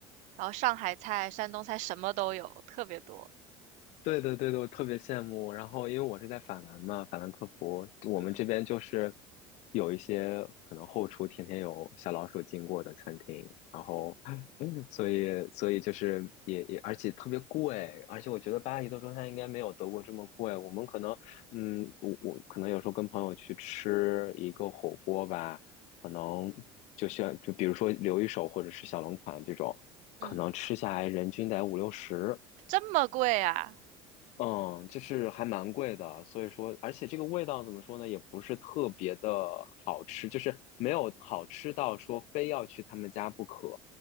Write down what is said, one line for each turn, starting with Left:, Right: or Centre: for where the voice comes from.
Right: 然后上海菜、山东菜什么都有，特别多。
Left: 对对对对，我特别羡慕。然后，因为我是在法兰嘛，法兰克福，我们这边就是
Right: 嗯
Left: 有一些可能后厨天天有小老鼠经过的餐厅，然后，<laughs> 所以，所以就是也也，而且特别贵，而且我觉得巴黎的中餐应该没有德国这么贵。我们可能，嗯，我我可能有时候跟朋友去吃一个火锅吧，可能就像就比如说留一手或者是小龙坎这种，
Right: 嗯，
Left: 可能吃下来人均得五六十。
Right: 这么贵啊？
Left: 嗯，就是还蛮贵的，所以说，而且这个味道怎么说呢，也不是特别的好吃，就是没有好吃到说非要去他们家不可。